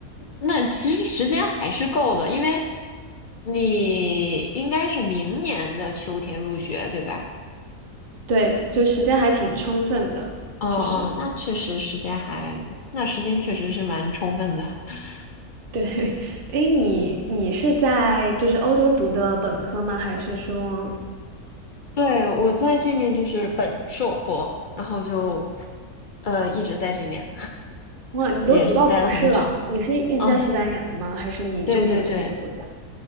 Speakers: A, on the left; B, on the right.
A: 那其实时间还是够的，因为你应该是明年的秋天入学，对吧？
B: 对，就时间还挺充分的，
A: 哦哦，
B: 其实。
A: 那确实时间还，那时间确实是蛮充分的。<laughs>
B: 对，哎，你你是在就是欧洲读的本科吗？还是说，
A: 对，我在这面就是本硕博，然后就呃一直在这面，
B: 哇，你都读到博士了？
A: 也是待了很久。
B: 你是一直在西班牙吗？
A: 啊，
B: 还是你中间有去别的国家？
A: 对对对，